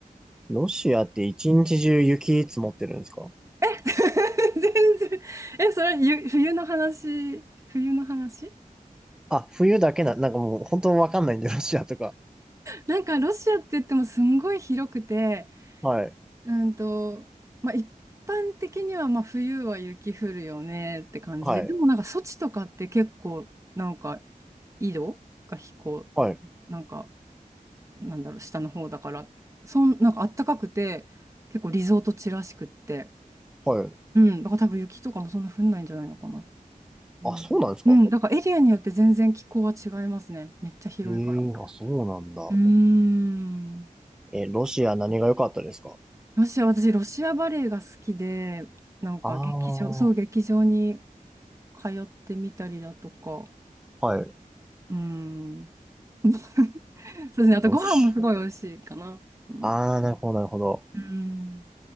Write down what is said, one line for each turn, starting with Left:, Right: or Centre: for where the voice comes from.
Centre: ロシアって一日中雪積もってるんですか
Right: <laughs> 全然。え、それ、ゆ冬の話、冬の話
Centre: あ、冬だけな、なんかもう本当わかんないんで、ロシアとか。
Right: なんかロシアって言ってもすんごい広くて、
Centre: はい。
Right: うんと、まあ、一般的にはまあ冬は雪降るよねって感じで、
Centre: はい。
Right: でもなんか措置とかって結構なんか緯度が飛行、
Centre: はい。
Right: なんかなんだろう、下の方だから、そん、なんか暖かくて、結構リゾート地らしくって、
Centre: はい。
Right: うん、だから多分雪とかもそんな降んないんじゃないのかな。うん、
Centre: あ、そうなんですか
Right: うん、だからエリアによって全然気候は違いますね。めっちゃ広いから。
Centre: ええー、あ、そうなんだ。
Right: うーん。
Centre: え、ロシア何が良かったですか
Right: ロシア、私、ロシアバレエが好きで、なんか劇場、
Centre: ああー、
Right: そう、劇場に通ってみたりだとか、
Centre: はい。
Right: うん。<laughs> そうですね。あとご飯もすごい美味しいかな。
Centre: ロシ
Right: うん。
Centre: ア。ああ、なるほど、なるほど。
Right: うん。